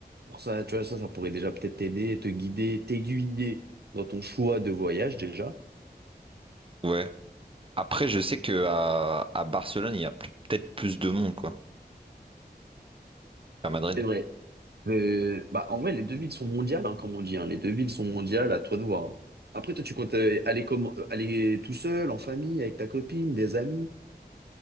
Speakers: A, on the right; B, on the right.
A: Pour ça, tu vois ça, ça pourrait déjà peut-être t'aider, te guider, t'aiguiller dans ton choix de voyage déjà.
B: Ouais. Après, je sais que à, à Barcelone, il y a plus- peut-être plus de monde, quoi, qu'à Madrid.
A: C'est vrai. Euh, bah, en vrai, les deux villes sont mondiales, hein, comme on dit. hein. Les deux villes sont mondiales, à toi de voir. hein. Après, toi, tu comptes euh, aller, comment- euh, aller tout seul, en famille, avec ta copine, des amis?